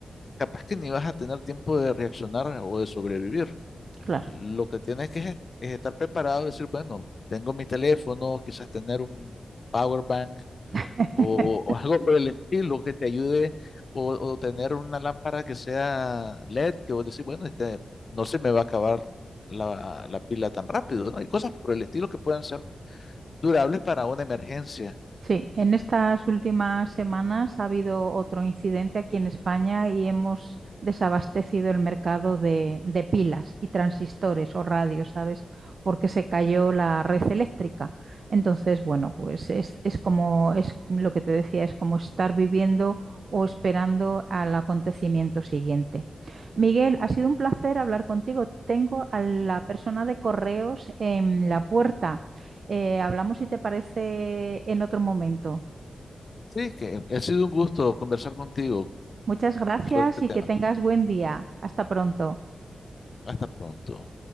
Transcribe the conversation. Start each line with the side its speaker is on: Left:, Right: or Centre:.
Left: capaz que ni vas a tener tiempo de reaccionar o de sobrevivir.
Right: claro.
Left: Lo que tienes que es, es estar preparado, decir, bueno, tengo mi teléfono, quizás tener un power bank
Right: <laughs>
Left: o, o <laughs> algo por el estilo que te ayude, o, o tener una lámpara que sea LED, que vos decís, bueno, este, no se me va a acabar la, la pila tan rápido, ¿no? Hay cosas por el estilo que puedan ser durables para una emergencia.
Right: Sí, en estas últimas semanas ha habido otro incidente aquí en España y hemos desabastecido el mercado de, de pilas y transistores o radios, ¿sabes? Porque se cayó la red eléctrica. Entonces, bueno, pues es, es como es lo que te decía, es como estar viviendo o esperando al acontecimiento siguiente. Miguel, ha sido un placer hablar contigo. Tengo a la persona de correos en la puerta. Eh, hablamos si te parece en otro momento.
Left: Sí, que eh, ha sido un gusto conversar contigo
Right: Muchas gracias
Left: sobre este
Right: y
Left: tema.
Right: que tengas buen día. Hasta pronto.
Left: Hasta pronto.